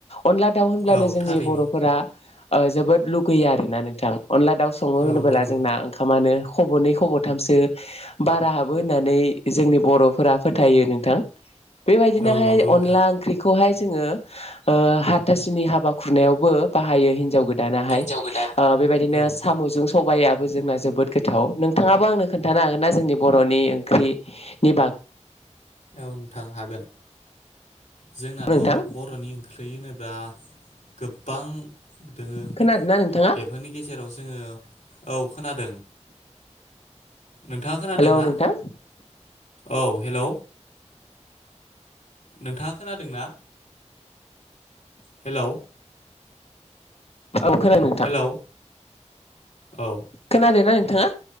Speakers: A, on the left; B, on the left.
A: अनला दाउ होनब्लानो
B: औ
A: जोंनि
B: थारैनो
A: बर'फोरा जोबोद लुगैयो आरो ना नोंथां अनला दाउ सङो
B: औ
A: होनबोला
B: नंगौ
A: जोंना ओंखामानो खब'नै खब'थामसो बारा हाबो होननानै जोंनि बर' फुरा फोथायो नोंथां बेबायदिनोहाय
B: औ नंगौ नोंथां
A: अनला ओंख्रिखौहाय जोङो ओ हाथासुनि हाबा खुरनायावबो बाहायो हिनजाव गोदान दानाहाय
B: हिनजाव गोदान
A: बेबायदिनो
B: औ
A: साम'जों सबाइाबो जोंना जोबोद गोथ थाव नोंथाङाबो आंनो खोन्थानो हागोन ना जोंनि बर'नि ओंख्रिनि
B: औ थां हागोन जोंनाथ'
A: नोंथां
B: बर'नि ओंख्रैय होनो बा गोबां दोङो
A: खोनादोंना नोंथाङा
B: बेफोरनि गेजेराव जोङो औ खोनादों। नोंथाङा खोनादों
A: हेलौ
B: ना
A: नोंथां
B: औ हेलौ नोंथाङा खोनादों ना हेलौ
A: औ खोनादों नोंथां
B: हेलौ औ
A: खोनादों ना नोंथाङा